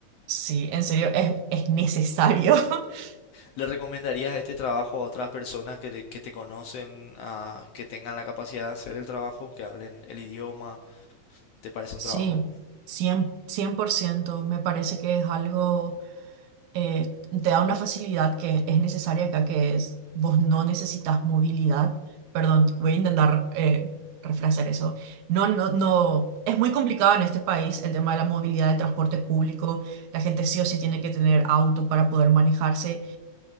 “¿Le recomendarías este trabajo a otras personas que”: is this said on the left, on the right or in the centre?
Left